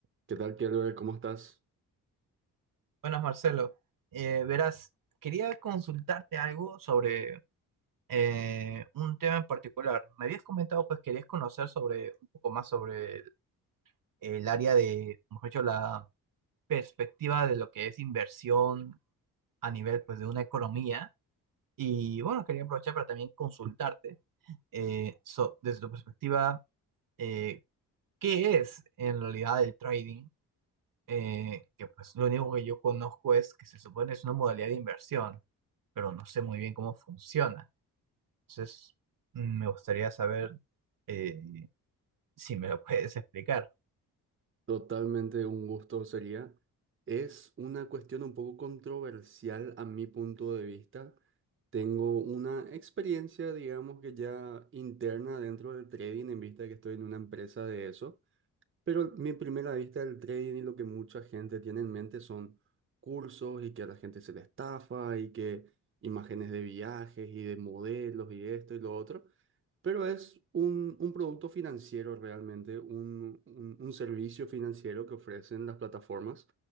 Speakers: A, on the right (about 35°); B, on the right (about 60°).
A: ¿Qué tal, Kelber? ¿Cómo estás?
B: Buenas, Marcelo. Eh, verás, quería consultarte algo sobre eh, un tema en particular. Me habías comentado, pues querías conocer sobre un poco más sobre el, el área de, mejor dicho, la perspectiva de lo que es inversión a nivel, pues, de una economía. Y bueno, quería aprovechar para también consultarte eh, so- desde tu perspectiva, eh, ¿qué es en realidad el trading? eh, que pues lo único que yo conozco es que se supone es una modalidad de inversión, pero no sé muy bien cómo funciona. Entonces, mm, me gustaría saber eh, si me lo <laughs> puedes explicar.
A: Totalmente un gusto sería. Es una cuestión un poco controversial a mi punto de vista. Tengo una experiencia, digamos que ya interna dentro del trading, en vista de que estoy en una empresa de eso. Pero mi primera vista del trading y lo que mucha gente tiene en mente son cursos y que a la gente se le estafa y que imágenes de viajes y de modelos y esto y lo otro. Pero es un, un producto financiero realmente, un, un- un servicio financiero que ofrecen las plataformas.